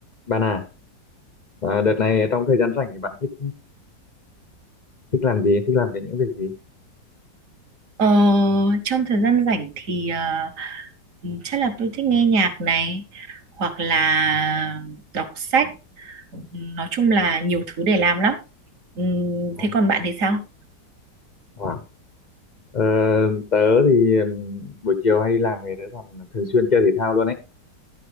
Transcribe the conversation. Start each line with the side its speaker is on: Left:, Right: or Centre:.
Left: Bạn à, à đợt này trong thời gian rảnh thì bạn thích thích làm gì, thích làm về những việc gì?
Right: Ờ, trong thời gian rảnh thì ờ, ừ, chắc là tôi thích nghe nhạc này hoặc là đọc sách. Ừ, Nói chung là nhiều thứ để làm lắm. Ừ,
Left: Ồ,
Right: thế còn bạn thì sao?
Left: Wow. Ờ, tớ thì ừm, buổi chiều hay làm thì tớ còn thường xuyên chơi thể thao luôn ấy.